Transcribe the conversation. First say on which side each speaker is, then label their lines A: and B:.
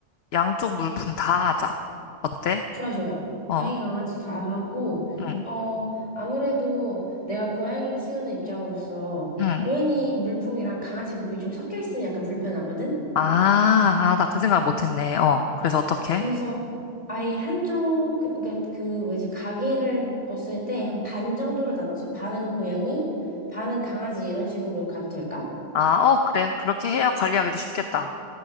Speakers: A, on the left; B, on the left.
A: 양쪽 물품 다 하자. 어때?
B: 좋아, 좋아.
A: 어,
B: 고양이, 강아지 다 하고,
A: 응,
B: 어, 아무래도 내가 고양이 키우는 입장으로서
A: 응.
B: 고양이 물품이랑 강아지 물품이 좀 섞여 있으면 약간 불편하거든?
A: 아, 아, 나 그 생각 못 했네. 어, 그래서 어떻게?
B: 그래서 아예 한쪽, 그- 그니까 그 뭐지, 가게를 벗을 때 한 반 정도로 나눠서 반은 고양이, 반은 강아지 이런 식으로 가도 될까?
A: 아, 어, 그래. 그렇게 해야 관리하기도 쉽겠다.